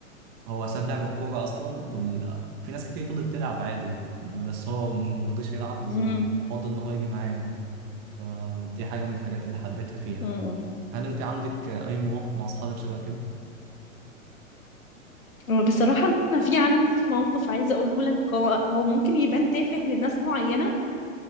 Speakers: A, on the right; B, on the left.
A: فهو ساب لعب الكوره اصلا وال- وفي ناس كتير فضلت تلعب عادي بس هو مرضيش يلعب وفضل
B: امم
A: ان هو يجي معايا يعني فدي حاجه من الحاجات اللي حبيتها فيه يعني
B: أمم.
A: هل انت عندك اي مواقف مع اصحابك شبه كده
B: إمم. بصراحة أنا في عندي موقف عايزة أقوله لك هو هو ممكن يبان تافه لناس معينة